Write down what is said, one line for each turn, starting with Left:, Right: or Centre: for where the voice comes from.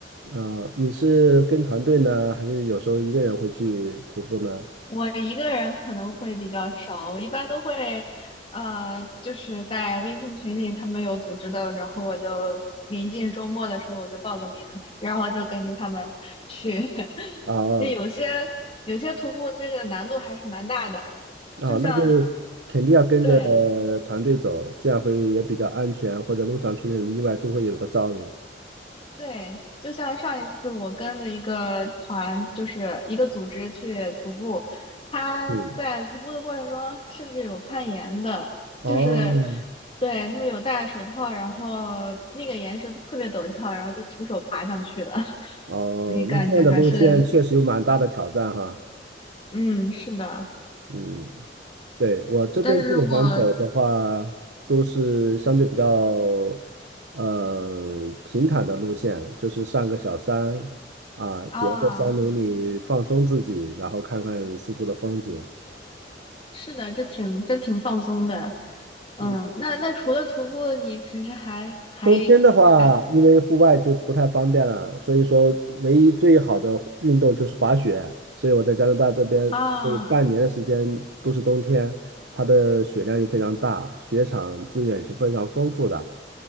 Right: 呃，你是跟团队呢，还是有时候一个人会去徒步呢？
Left: 我一个人可能会比较少，我一般都会，呃，就是在微信群里他们有组织的，然后我就临近周末的时候我就报个名，然后就跟着他们去。<laughs>
Right: 啊，
Left: 对，有些有些徒步这个难度还是蛮大的，
Right: 哦，
Left: 就像
Right: 那就肯定要跟着呃团队走，
Left: 对
Right: 这样会也比较安全，或者路上出现什么意外都会有个照应。
Left: 对，就像上一次我跟了一个团，就是一个组织去徒步，他在徒步的过程中甚至有攀岩的，
Right: 嗯，
Left: 就是
Right: 哦，
Left: 对他们有戴手套，然后那个岩石都特别陡峭，然后就徒手爬上去的，<laughs>
Right: 哦，
Left: 所以感觉还是
Right: 那这样的路线确实有蛮大的挑战哈。
Left: 嗯是的，
Right: 嗯，对，我这边基本上走的话，
Left: 但是我
Right: 都是相对比较呃平坦的路线，就是上个小山啊，主要在山林里放松自己，
Left: 啊
Right: 然后看看四处的风景。
Left: 是的，这挺这挺放松的，嗯，
Right: 嗯
Left: 那那除了徒步，你平时还还还
Right: 冬天的话，因为户外就不太方便了，所以说唯一最好的运动就是滑雪。所以我在加拿大这边有半年的时间都是冬天，
Left: 啊
Right: 它的雪量又非常大，雪场资源是非常丰富的